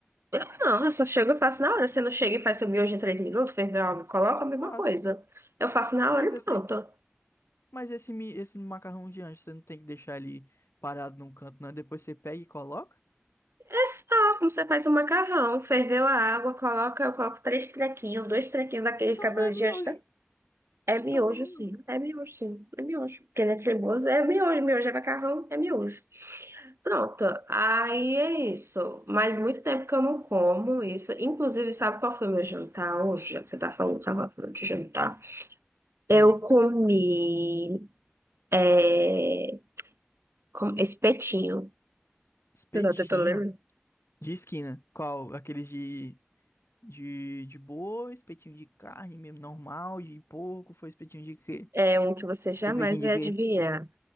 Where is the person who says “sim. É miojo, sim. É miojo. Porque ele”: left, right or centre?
Right